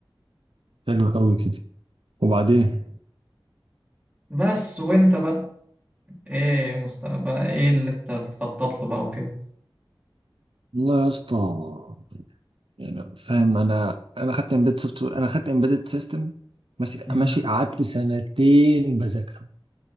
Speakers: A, on the right; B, on the right.
A: حلو قوي كده وبعدين
B: بس وانت بقى ايه مستقبل ايه اللي انت بتخطط له بقى وكده
A: والله يا اسطى يعني فاهم انا انا خدت امبيد سوفت وير انا خدت امبيدد سيستم ماشي
B: مم.
A: ماشي قعدت سنتين بذاكره